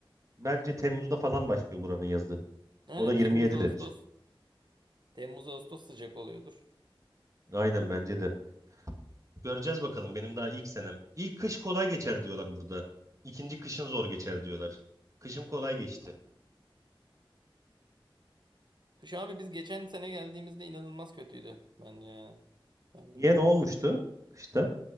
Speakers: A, on the right; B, on the right.
A: bence Temmuz'da falan başlıyor buranın yazı.
B: Aynen
A: O da 27
B: Temmuz Ağustos.
A: derece.
B: Temmuz Ağustos sıcak oluyordur.
A: Aynen bence de. Göreceğiz bakalım benim daha ilk senem. İlk kış kolay geçer diyorlar burada. İkinci kışın zor geçer diyorlar. Kışım kolay geçti.
B: Kış abi biz geçen sene geldiğimizde inanılmaz kötüydü bence yani. Berlin'de.
A: Niye ne olmuştu kışta?